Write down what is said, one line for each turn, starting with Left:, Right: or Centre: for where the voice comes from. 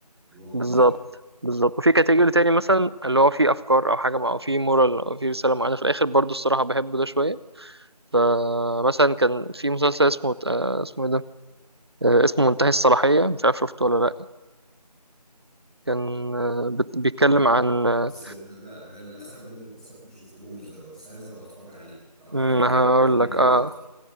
Centre: الواقع
Right: بالظبط
Centre: شوية
Right: بالظبط وفي كاتيجوري تاني مثلا اللي هو فيه افكار او حاجه مع- او فيه مورال او فيه رساله معينه في الاخر برضو الصراحه بحبه ده شويه فمثلا كان في مسلسل اسمه آه، اسمه ايه ده آه، اسمه منتهي الصلاحيه مش عارف شفته ولا لا كان آه، بت- بيتكلم
Centre: مم.
Right: عن آه،
Centre: بس لا ده للاسف ده للاسف ما شفتهوش دوت بس عايز ابقى اتفرج عليه لو عجبك
Right: ما
Centre: يعني
Right: هقول
Centre: كلمني
Right: لك
Centre: عليه
Right: اه
Centre: اكتر